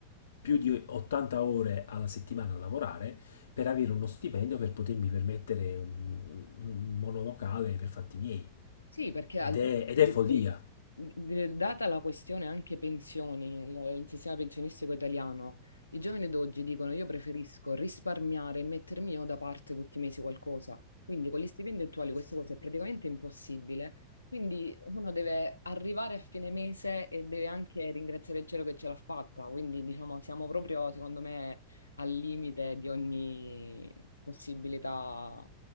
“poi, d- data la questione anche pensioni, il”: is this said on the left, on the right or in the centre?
Left